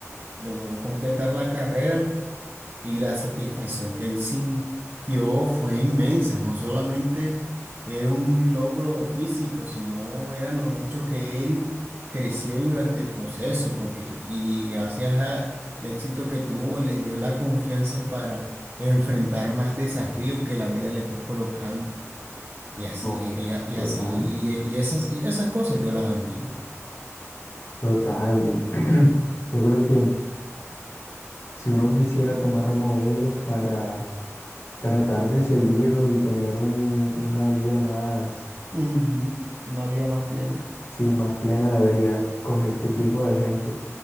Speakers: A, on the right; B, on the left.
A: logró completar la carrera y la satisfacción que él sintió fue inmensa. No solamente era un logro físico, sino era lo mucho que él creció durante el proceso, porque y gracias al éxito que tuvo, le dio la confianza para enfrentar más desafíos que la vida le fue colocando. Y así,
B: No,
A: ella y
B: total.
A: así, y, y esas, y esas cosas yo las admiro.
B: Total. y <clears throat> Yo creo que si uno quisiera tomar modelos para tratar de seguirlos y tener un- una vida más,
A: Ujú, Una vida más plena.
B: sí, más plena, debería coger este tipo de ejemplos.